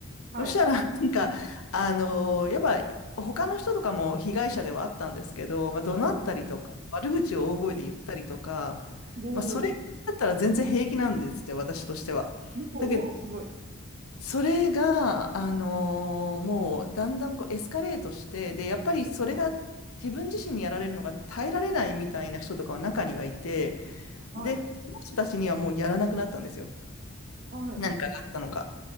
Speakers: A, on the right (about 40°); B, on the left (about 80°).
A: はい。
B: そしたら、なんか、あのーやっぱ、他の人とかも被害者ではあったんですけど、まあ、怒鳴ったりとか、
A: うん
B: 悪口を大声で言ったりとか、
A: うん。
B: まあ、それだったら全然平気なんですって、
A: おー。
B: 私としては。
A: おー、
B: だけど、
A: すごい。
B: それが、あのーもうだんだんこうエスカレートして、で、やっぱりそれが自分自身にやられるのが耐えられないみたいな人とかは中にはいて、
A: あはい。
B: で、その人たちにはもうやらなくなったんですよ。
A: はい。
B: 何かがあったのか。